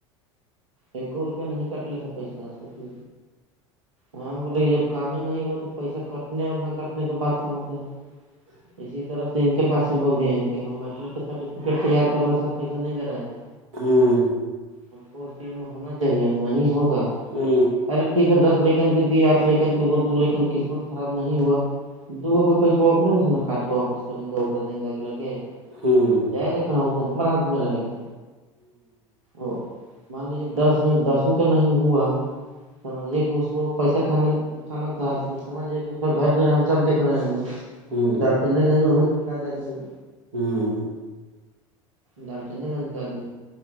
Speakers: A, on the right; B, on the right.
A: ایکو روپیہ نہیں کاٹ لیتا پیسہ س ہاں بولے کہ جب کام نہیں ہوا تو پیسہ کٹنے اور نہ کٹنے کے بد کہاں سے ہیں <unintelligible>
B: ہ <inaudible>
A: اسی طرح سے ان کے پس بھی بول دیے ہیں کہ ہم میٹرک سرٹیفکیٹ تیار کر ل سر پیسہ نہیں د رہے ہیں
B: ہاں <unintelligible>
A: خ کو اس چیز میں ہونا چاہیے نہیں ہوگا
B: ہاں <unintelligible>
A: ارے ٹھیک ہے دس لیکن کے دی آٹ لیکن کے اوپر دو لیکن قسمت خراب نہیں ہوا <unintelligible> دوگو کے پیسےے میں سےا کاٹ کے واپس کریں گےا دیں گے اگ لے کے
B: ہوں
A: جائے گا کہاں ا تو ہمار ہاتھ میں رہے گا ا مان لیجیے دس میں دسوں کا نہیں ہوا سمجھیے کہ اس کو پیسہ کھانا ھانا تھا تو سمجھئے اس کا گھر دھرا ہم سب دیکھ رہے ہیں
B: ہوں
A: دارکندر گنج میں وہکا جائے گا وہ
B: ہوں <unintelligible>
A: ڈال تنے گنج کراد ہے